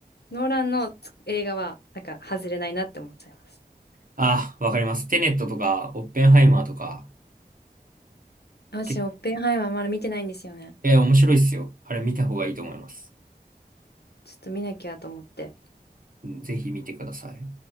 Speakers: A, on the left (about 85°); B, on the right (about 55°).
A: ノーランの映画は、なんか、外れないなって思っちゃいます。
B: あわかります。テネットとか、オッペンハイマーとか、
A: 私、
B: け
A: オッペンハイマーまだ見てないんですよね。
B: え、面白いっすよ。あれ見た方がいいと思います。
A: ちょっと見なきゃと思って。
B: うん、ぜひ見てください。